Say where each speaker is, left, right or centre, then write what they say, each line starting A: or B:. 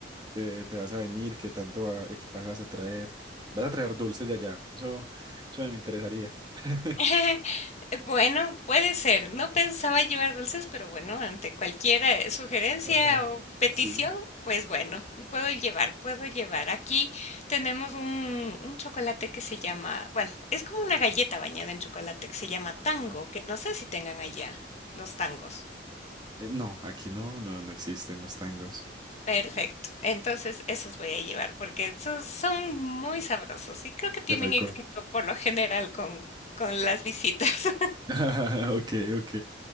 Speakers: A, on the right; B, on the left.
A: eh, te, vas a venir, qué tanto ah, equipaje vas a traer. Vas a traer dulces de allá. Eso, eso me interesaría. <laughs>
B: <laughs> Bueno, puede ser. No pensaba llevar dulces, pero bueno, ante cualquier eh, sugerencia
A: Ajá,
B: o petición,
A: sí.
B: pues bueno, puedo llevar, puedo llevar. Aquí tenemos un, un chocolate que se llama, bueno, es como una galleta bañada en chocolate que se llama tango,
A: Ah,
B: que no sé si tengan allá los tangos.
A: eh, no, aquí no, no, no existen los tangos.
B: Perfecto. Entonces, esos voy a llevar porque esos son muy sabrosos y creo que tienen
A: Qué rico.
B: éxito por lo general con, con las visitas. <laughs>
A: <laughs> Ok, ok.